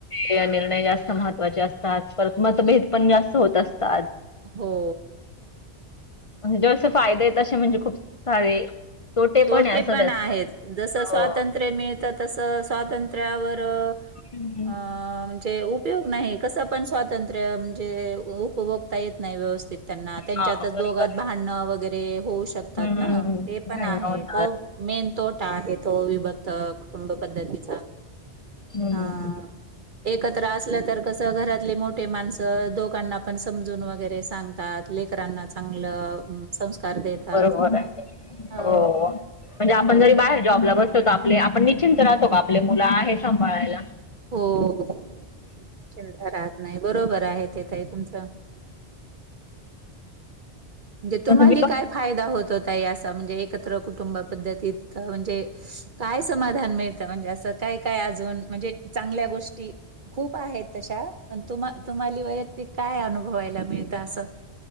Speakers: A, on the left; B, on the right.
A: हे निर्णय जास्त महत्वाचे असतात, परत मतभेद पण जास्त होत असतात.
B: हो.
A: म्हेणजे जसे फायदे आहे तसे म्हणजे खूप सारे. तोटे
B: तोठे
A: आहे असं
B: पण
A: त्याचं.
B: आहेत जस
A: हो.
B: स्वातंत्र्य मिळतं, तस स्वातंत्र्यावर.
A: हं.
B: म्हणजे उपयोग नाही, कस पण स्वातंत्र म्हणजे. उपभोगता येत नाही, व्यवस्थित त्यांना त्यांच्यातच
A: हा बरोबर.
B: दोघात भांडणं वगैरे होऊ शकतात
A: हम्म.
B: ना. पण
A: भांडणं
B: आहे
A: होतात.
B: तो मेन तोटा आहे तो विभ कुटुंब पद्धतीचा
A: हम्म.
B: अं एकत्र असलं तर. कस घरातले मोठे माणस दो लोकांना पण समजून वगैरे सांगतात, लेकरांना चांगलं संस्कार देतात.
A: बरोबर आहे.
B: हां.
A: हो. म्हणजे आपण
B: हं.
A: जरी बाहेर जॉबला बसतो, आपले आपण निश्चिंत राहतो का आपले मुलं आहे सांभाळायला.
B: हो चिंता राहत नाही बरोबर आहे ते ताई तुमचं. म्हणजे तुम्हाला
A: तसं मी
B: काय फायदा होत होता याचा म्हणजे. एकत्र कुटुंबा पद्धतीत म्हणजे, काय समाधान मिळतं म्हणजे असं काय काय अजून म्हणजे. चांगल्या गोष्टी खूप आहेत, तशा पण तुम तुम्हाला व्यतिरिक्त. ते काय अनुभवायला मिळतं असं.